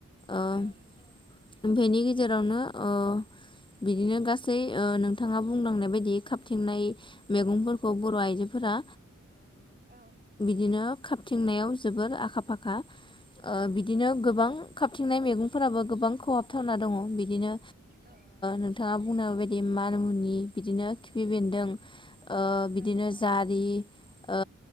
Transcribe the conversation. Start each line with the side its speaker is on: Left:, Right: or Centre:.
Left: ओ
Right: औ नंगौ
Left: बेनि गेजेरावनो ओ बिदिनो गासै ओ नोंथाङा बुंलांनाय बायदि खाबथिंनाय मैगंफोरखौ बर' आइजो फोरा
Right: औ।
Left: बिदिनो खाबथिंनायाव जोबोर आखा फाखा ओ बिदिनो गोबां खाबथिंनाय मैगंफोराबो
Right: औ
Left: गोबां खहाबथावना दङ बिदिनो
Right: औ
Left: नोंथाङा बुंनाय बायदि मानमुनि बिदिनो खिफि बेन्दों ओ बिदिनो
Right: औ
Left: जारि ओ